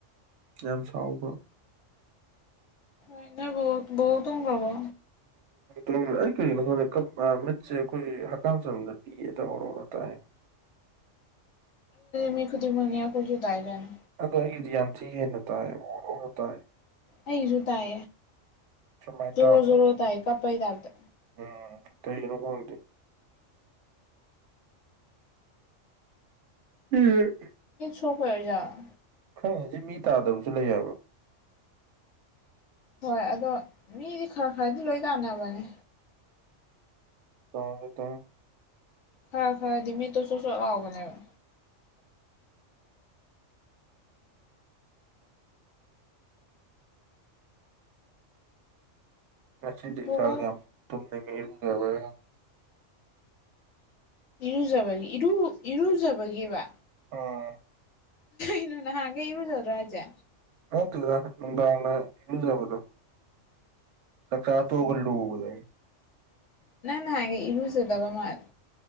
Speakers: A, on the right; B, on the left.
A: ꯌꯥꯝ ꯁꯥꯎꯕ꯭ꯔꯣ
B: ꯏꯩꯅ ꯣꯠ ꯍꯣꯡꯒꯥꯕꯣ
A: ꯎꯝꯝ ꯑꯩ ꯀꯔꯤꯒꯤꯅꯣ ꯈꯪꯗ ꯀ ꯃꯤꯠꯁꯦ ꯑꯩꯈꯣꯏ ꯍꯛꯀꯝ ꯆꯝꯗ ꯄꯤꯌꯦ ꯇꯧꯔꯣ ꯇꯥꯏ
B: ꯃꯤ ꯈꯨꯗꯤ ꯃꯅꯤ ꯑꯩ ꯀꯣꯏꯁꯨꯨꯗꯥꯥꯏꯒꯅꯤ
A: ꯑꯗꯏꯗꯤꯌꯥ ꯌꯥꯝꯁꯤ ꯍꯦꯟꯅꯇꯥꯇꯥ
B: ꯑꯩꯁꯨ ꯇꯑ
A: ꯁꯨꯃꯥꯏ ꯇꯥꯕ
B: ꯔ ꯔ ꯇꯥꯏ ꯀꯄꯩ ꯇꯥꯔ ꯇ
A: ꯎꯝ ꯀ ꯌꯨꯅꯤꯐꯣꯝꯗꯤ ꯎꯝ
B: ꯁꯐꯣ ꯌꯥ
A: ꯈꯪꯉꯦꯁꯤ ꯃꯤ ꯇꯥꯗꯕꯁꯨ ꯂꯩ ꯍꯥꯏꯕ
B: ꯍꯣꯏ ꯑꯗꯣ ꯃꯤꯗꯤ ꯈꯔ ꯈꯔꯗꯤ ꯂꯣꯏ ꯇꯥꯟꯅꯕꯅꯦ
A: ꯇꯥꯇꯥ
B: ꯈꯔ ꯈꯔꯗꯤꯃꯤ ꯇꯁꯨꯁꯨ ꯂꯑꯣꯕꯅꯦꯕ
A: ꯃꯁꯦꯥꯒ
B: ꯕꯣꯕꯣꯛ
A: ꯇꯨꯝꯅ ꯃꯔꯒꯕ
B: ꯏꯔꯨꯖꯕꯒꯤ ꯏꯔꯨ ꯏꯔꯨꯖꯕꯒꯤꯕ
A: ꯑꯣ
B: ꯏꯅ ꯍꯦ ꯏꯎꯗꯜ ꯔꯥꯖꯥ
A: ꯉꯇꯂ ꯏꯅ ꯏꯖꯕꯗꯣ ꯆ ꯆꯥꯇ ꯈ ꯂꯗꯥꯏ
B: ꯅꯪꯦ ꯏꯔꯨꯁꯦꯗꯕ ꯃꯥꯅꯦ